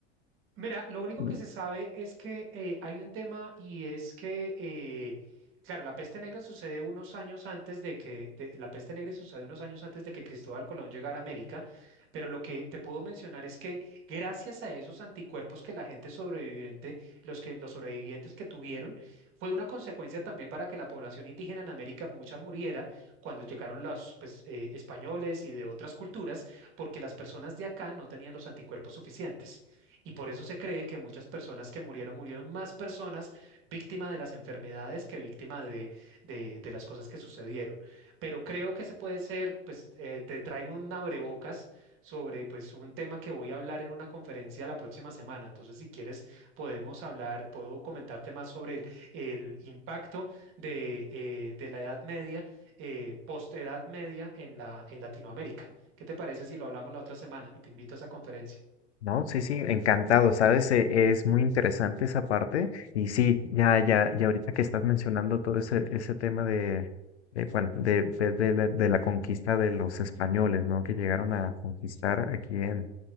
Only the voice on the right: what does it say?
Mira, lo único
que se sabe es que eh, hay un tema y es que, eh, claro, la peste negra sucede unos años antes de que, de- la peste negra sucede unos años antes de que Cristóbal Colón llegara a América, pero lo que te puedo mencionar es que gracias a esos anticuerpos que la gente sobreviviente, los que, los sobrevivientes que tuvieron, fue una consecuencia también para que la población indígena en América mucha muriera cuando llegaron los pues, eh, españoles y de otras culturas, porque las personas de acá no tenían los anticuerpos suficientes. Y por eso se cree que muchas personas que murieron, murieron más personas víctimas de las enfermedades que víctimas de, de- de las cosas que sucedieron. Pero creo que se puede ser, pues eh, te traigo un abrebocas sobre pues un tema que voy a hablar en una conferencia la próxima semana. Entonces, si quieres, podemos hablar, puedo comentarte más sobre el, el impacto de, eh, de la Edad Media, eh, post-Edad Media en la, en Latinoamérica. ¿Qué te parece si lo hablamos la otra semana? Y te invito a esa conferencia.